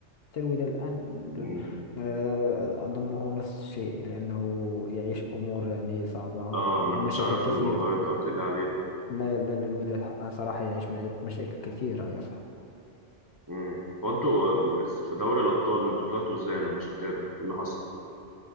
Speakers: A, on the left; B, on the right.
A: حتى الوداد الان
B: مم.
A: آه، اظنه نفس الشيء لانه يعيش امور يعني صعبه
B: اه ما انا
A: ومشاكل
B: كنتش اعرف
A: كثيره
B: الموضوع اللي انت قلت لي عليه ده
A: لا لا لا الوداد صراحه يعيش مع- مشاكل كثيره يا صاحبي
B: امم وانتوا في دوري الابطال انتوا طلعتوا ازاي انا مش متابع ايه اللي حصل